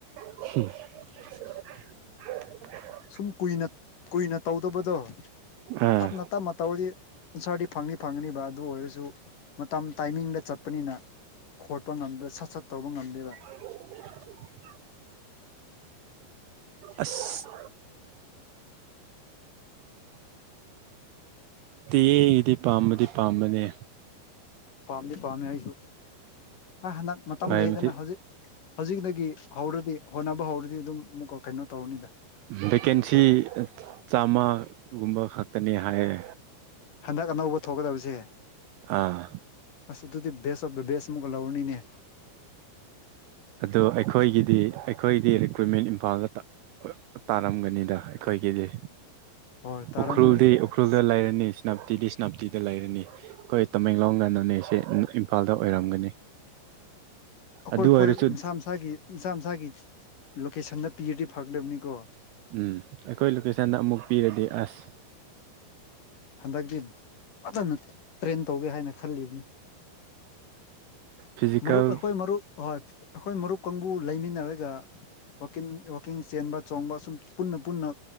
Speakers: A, on the right (about 80°); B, on the left (about 50°).
A: <unintelligible>
B: ꯁꯨꯝ ꯀꯨꯏꯅ ꯀꯨꯏꯅ ꯇꯧꯗꯕꯗꯣ
A: ꯑꯥ
B: ꯇꯞꯅ ꯇꯞꯅ ꯇꯧꯔꯗꯤ ꯑꯟꯁꯥꯔꯗꯤ ꯐꯪꯅꯤ ꯐꯪꯉꯅꯤꯕ ꯑꯗꯨ ꯑꯣꯏꯔꯁꯨ ꯃꯇꯝ ꯇꯥꯏꯃꯤꯡꯗ ꯆꯠꯄꯅꯤꯅ ꯈꯣꯠꯄ ꯉꯝꯗꯦ ꯁꯠ ꯁꯠ ꯇꯧꯕ ꯉꯝꯗꯦꯕ
A: <unintelligible> ꯑꯁ ꯇꯤꯌꯦ ꯑꯩꯗꯤ ꯄꯥꯝꯕꯗꯤ ꯄꯥꯝꯕꯅꯦ
B: ꯄꯥꯝꯗꯤ ꯄꯥꯝꯃꯦ ꯑꯩꯖꯨ ꯑ ꯍꯟꯅꯛ ꯃꯇꯝ
A: ꯍꯥꯏꯕꯗꯤ
B: ꯂꯩꯌꯦꯗꯅ ꯍꯧꯖꯤꯛ ꯍꯧꯖꯤꯛꯗꯒꯤ ꯍꯧꯔꯗꯤ ꯍꯣꯠꯅꯕ ꯍꯧꯔꯗꯤ ꯗꯨꯝ ꯃꯨꯛꯀ ꯀꯩꯅꯣ ꯇꯧꯔꯅꯤꯗ
A: ꯚꯦꯀꯦꯟꯁꯤ ꯆꯥꯝꯃꯒꯨꯝꯕ ꯈꯛꯇꯅꯤ ꯍꯥꯏꯌꯦ
B: ꯍꯟꯗꯛ ꯑꯅꯧꯕ ꯊꯣꯛꯒꯗꯕꯁꯦ
A: ꯑꯥ
B: ꯑꯁ ꯑꯗꯨꯗꯤ ꯕꯦꯁ ꯑꯣꯕ ꯗ ꯕꯦꯁ ꯃꯨꯒ ꯂꯧꯔꯅꯤꯅꯦ
A: ꯑꯗ ꯑꯩꯈꯣꯏꯒꯤꯗꯤ ꯑꯩꯈꯣꯏꯗꯤ ꯔꯤꯀ꯭ꯔꯨꯏꯠꯃꯦꯟ ꯏꯝꯐꯥꯜꯗ ꯇꯥ ꯑꯩ ꯇꯥꯔꯝꯒꯅꯤꯗ ꯑꯩꯈꯣꯏꯒꯤꯗꯤ
B: ꯍꯣꯏ ꯇꯥꯔꯝꯒꯅꯤ
A: ꯎꯈ꯭ꯔꯨꯜꯗꯤ ꯎꯈ꯭ꯔꯨꯜꯗ ꯂꯩꯔꯅꯤ ꯁꯅꯥꯞꯇꯤꯗꯤ ꯁꯅꯥꯞꯇꯤꯗ ꯂꯩꯔꯅꯤ ꯑꯩꯈꯣꯏ ꯇꯃꯦꯡꯂꯣꯡꯅ ꯅꯣꯅꯦꯁꯦ ꯏꯝꯐꯥꯜꯗ ꯑꯣꯏꯔꯝꯒꯅꯤ
B: ꯑꯩꯈꯣꯏ
A: ꯑꯗꯨ
B: ꯑꯩꯈꯣꯏ
A: ꯑꯣꯏꯔꯁꯨ
B: ꯃꯁꯥ ꯃꯁꯥꯒꯤ ꯃꯁꯥ ꯃꯁꯥꯒꯤ ꯂꯣꯀꯦꯁꯟꯗ ꯄꯤꯔꯗꯤ ꯐꯒꯗꯕꯅꯤꯀꯣ
A: ꯎꯝ ꯑꯩꯈꯣꯏ ꯂꯣꯀꯦꯁꯟꯗ ꯑꯃꯨꯛ ꯄꯤꯔꯗꯤ ꯑꯁ
B: ꯍꯟꯗꯛꯇꯤ ꯐꯖꯅ ꯇ꯭ꯔꯦꯟ ꯇꯧꯒꯦ ꯍꯥꯏꯅ ꯈꯜꯂꯤꯕꯅꯤ
A: ꯐꯤꯖꯤꯀꯦꯜ
B: ꯃꯔꯨꯞ ꯑꯩꯈꯣꯏ ꯃꯔꯨꯞ ꯍꯣꯏ ꯑꯩꯈꯣꯏ ꯃꯔꯨꯞ ꯀꯥꯡꯕꯨ ꯂꯩꯃꯤꯟꯅꯔꯒ ꯋꯀꯤꯡ ꯋꯀꯤꯡ ꯆꯦꯟꯕ ꯆꯣꯡꯕ ꯁꯨꯝ ꯄꯨꯟꯅ ꯄꯨꯟꯅ